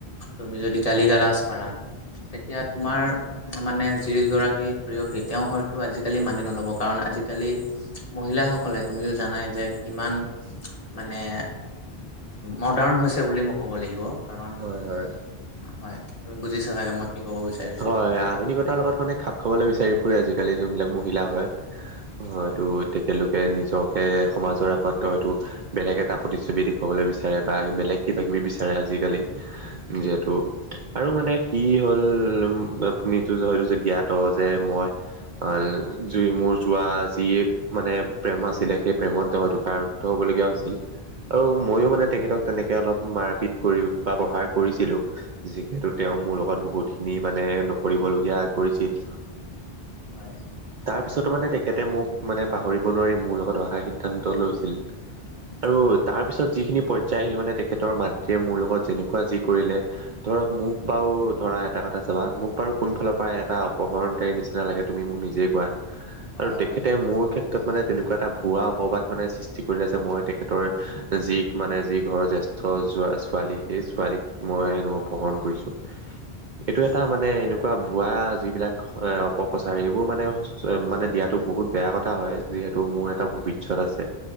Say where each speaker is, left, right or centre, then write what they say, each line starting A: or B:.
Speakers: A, on the left; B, on the right.
A: তুমি যদি গালি গালাজ পাৰা! তেতিয়া তোমাৰ মানে যিগৰাকী প্ৰেয়সী তেওঁ হয়তো আজিকালি মানি নল'ব, কাৰণ আজিকালি মহিলাসকলে তুমিও জানাই যে কিমান মানে মৰ্দান হৈছে বুলি মই ক'ব লাগিব, কাৰণ
B: হয় হয়।
A: হয়, তুমি বুজিছা চাগে মই ক'ব বিচাৰি
B: হয়, আধুনিকতাৰ লগত মানে খাপ খাবলৈ বিচাৰি ফুৰে আজিকালি যোনবিলাক মহিলা হয়। হয়তটো
A: হয়
B: তেখেতলোকে নিজকে সমাজৰ আগত হয়তো বেলেগ এটা প্ৰতিচ্ছবি দেখুৱাবলৈ বিচাৰে বা বেলেগ কিবা কিবি বিচাৰে আজিকালি যিহেতু আৰু মানে কি হ'ল আপুনিটো যে হয়তো যে জ্ঞাত যে মই অ', জুই মোৰ যোৱা যি মানে প্ৰেম আছিলে, সেই প্ৰেমত হয়তো কাৰদ্ধ হবলগীয়া হৈছিল। আৰু মই মানে তেখেতক তেনেকে অলপ মাৰপিট কৰি বা প্ৰহাৰ কৰিছিলোঁ। যিহেতু তেওঁ মোৰ লগত বহুতখিনি মানে নকৰিবলগীয়া কৰিছিল।
A: হয়।
B: তাৰপিছতো মানে তেখেতে মোক মানে পাহৰিব নোৱাৰি, মোৰ লগত অহা সিদ্ধান্ত লৈছিল। আৰু
A: হয়
B: তাৰপিছত যিখিনি পৰ্যায় আহিল মানে তেখেতৰ মাতৃয়ে মোৰ লগত যেনেকুৱা যি কৰিলে ধৰক, মোক বাৰু ধৰা এটা কথা যাবা মোক বাৰু কোনফালৰ পৰা এটা অপহৰণকাৰীৰ নিচিনা লাগে তুমি মোক নিজেই কোৱা।
A: হয়
B: আৰু তেখেতে
A: হয় বুজিছো
B: মোৰ ক্ষেত্ৰত তেত মানে তেনেকুৱা এটা ভুৱা অপবাদ মানে সৃষ্টি কৰিলে যে মই তেখেতৰ যি মানে যি ঘৰৰ জেষ্ঠ যোৱা ছোৱালী সেই ছোৱালীক মই হেনো অপহৰণ কৰিছোঁ। এইটো
A: হয়
B: এটা মানে এনেকুৱা ভুৱা যিবিলাক অপপ্ৰচাৰ এইবোৰ মানে মানে দিয়াতো বহুত বেয়া কথা হয়। যিহেতু মোৰ এটা ভৱিষ্যত আছে